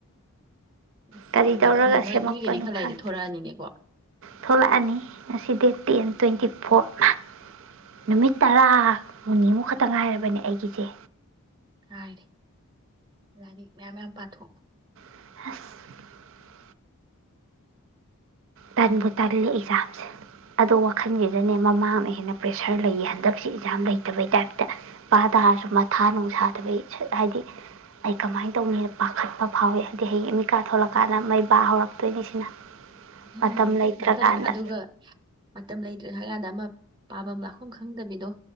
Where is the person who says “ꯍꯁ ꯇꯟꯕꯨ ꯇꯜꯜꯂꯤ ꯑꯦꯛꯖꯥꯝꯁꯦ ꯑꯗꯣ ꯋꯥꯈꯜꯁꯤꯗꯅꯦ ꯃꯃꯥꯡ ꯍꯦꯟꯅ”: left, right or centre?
Right